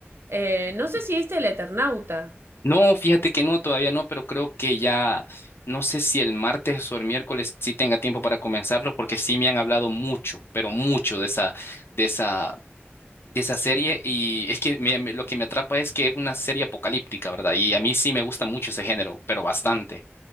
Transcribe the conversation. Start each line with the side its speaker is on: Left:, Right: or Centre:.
Right: Eh, no sé si viste El Eternauta.
Left: No, fíjate que no, todavía no, pero creo que ya, no sé si el martes o el miércoles sí tenga tiempo para comenzarlo porque sí me han hablado mucho, pero mucho de esa de esa de esa serie y es que me- me- lo que me atrapa es que es una serie apocalíptica, ¿verdad? Y a mí sí me gusta mucho ese género, pero bastante.